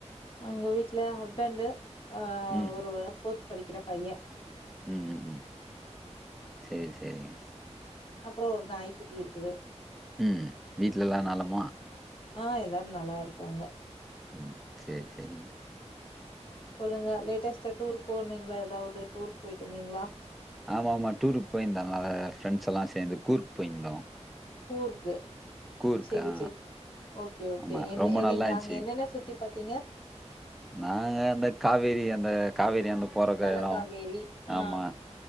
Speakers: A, on the left; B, in the centre.
A: எங்க வீட்ல ஹஸ்பண்டு ஆ
B: ம்
A: ஒரு <unintelligible> படிக்கிற பைய
B: ம் ம் ம் சேரி சேரிங்க.
A: அப்றோ ஒரு நாய்க்குட்டி இருக்குது.
B: ம் வீட்ல எல்லா நலமா?
A: ஆ எல்லாரு நல்லா இருக்காங்க.
B: ம் சேரி சேரிங்க.
A: சொல்லுங்க லேட்டஸ்டா டூர் போனீங்களா ஏதாவது டூர் போயிட்டு வந்தீங்களா?
B: ஆமா ஆமா டூருக்கு போயிருந்தோ நாங்க ஃப்ரெண்ட்ஸ் எல்லா சேந்து கூர்க் போயிருந்தோ.
A: கூர்க்கு.
B: கூர்க்
A: சேரி
B: ஆ
A: சேரி ஓகே ஓகே
B: ஆமா
A: என்ன
B: ரொம்ப நல்லா
A: நீங்க
B: இருந்துச்சு.
A: அங்க என்னென்ன சுத்தி பாத்தீங்க?
B: நாங்க அந்த காவேரி அந்த காவேரி அந்த பொறக்க
A: தலக்காவேரி
B: எடோ
A: ஆ
B: ஆமா